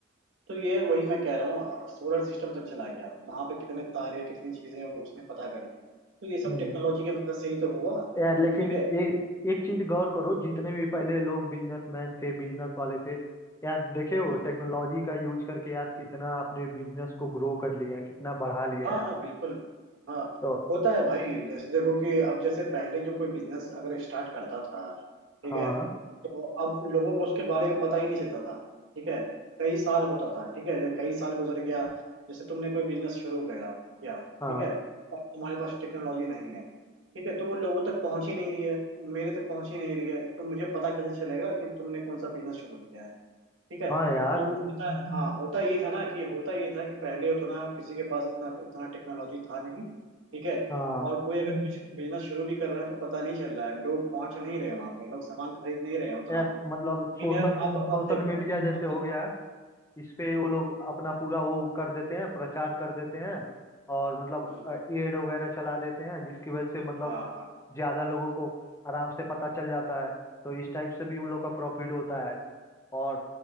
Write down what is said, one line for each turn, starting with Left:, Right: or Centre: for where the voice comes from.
Right: तो ये वही मैं कह रहा हूँ सोलर सिस्टम तक चला गया वहां पे कितने तारे कितनी चीजें उसने पता कर ली तो ये सब
Left: हम्म
Right: टेक्नोलॉजी की मदद से ही तो हुआ ठीक
Left: यार लेकिन
Right: है
Left: ये एक चीज गौर करो जितने भी पहले लोग बिजनेसमैन थे बिजनेस वाले थे यार देखे हो
Right: हम्म,
Left: टेक्नोलॉजी का यूज करके यार कितना अपने बिजनेस को ग्रो कर लिए हैं कितना बढ़ा लिए
Right: हाँ
Left: हैं यार
Right: हाँ बिल्कुल हाँ
Left: तो
Right: होता है भाई जैसे देखो कि अब जैसे पहले जो कोई बिजनेस अगर स्टार्ट करता था ठीक
Left: हाँ
Right: है तो अब लोगों को उसके बारे में पता ही नहीं चलता था ठीक है कई साल होता था ठीक है जब कई साल गुजर गया जैसे तुमने कोई बिजनेस शुरू किया किया ठीक
Left: हाँ
Right: है और तुम्हारे पास टेक्नोलॉजी नहीं है ठीक है तो वो लोगों तक पहुंच ही नहीं रही है मेरे तक पहुंच ही नहीं रही है तो मुझे पता कैसे चलेगा कि तुमने कौन सा बिजनेस शुरू किया है ठीक है
Left: हाँ यार
Right: तो होता हाँ होता ये था ना कि होता ये था कि पहले उतना किसी के पास इतना इतना टेक्नोलॉजी था नहीं ठीक है
Left: हाँ
Right: और कोई अगर कुछ बिजनेस शुरू भी कर रहा है तो पता नहीं चल रहा है लोग पहुंच नहीं रहे वहां पे लोग सामान खरीद नहीं रहे हैं उतना
Left: यार मतलब
Right: लेकिन
Left: सोशल
Right: यार अब
Left: सोशल
Right: अब देखो
Left: मीडिया जैसे
Right: अब
Left: हो
Right: देखो
Left: गया है इस पे
Right: हम्म,
Left: वो लोग अपना पूरा वो कर देते हैं प्रचार कर देते हैं और मतलब
Right: हम्म,
Left: एड वगैरह चला देते हैं जिसकी वजह से मतलब
Right: हाँ
Left: ज्यादा लोगों को आराम से पता चल जाता है तो इस टाइप से भी उन लोग का प्रॉफिट होता है और